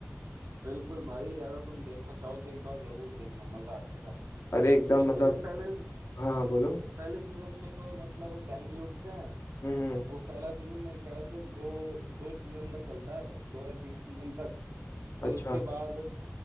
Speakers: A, on the right; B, on the left.
A: बिल्कुल भाई अगर तुम देखना चाहो तो एक बार जरूर देखना मजा आ जाएगा
B: अरे एकदम
A: उसके
B: मतलब
A: पहले
B: हाँ हाँ बोलो
A: पहले सीजन में तो मतलब वो बैंक लूटते हैं
B: हम्म हम्म।
A: वो पहला सीजन मेरे ख्याल से दो दो सीजन तक चलता है दो या तीन सीजन तक फिर
B: अच्छा
A: उसके बाद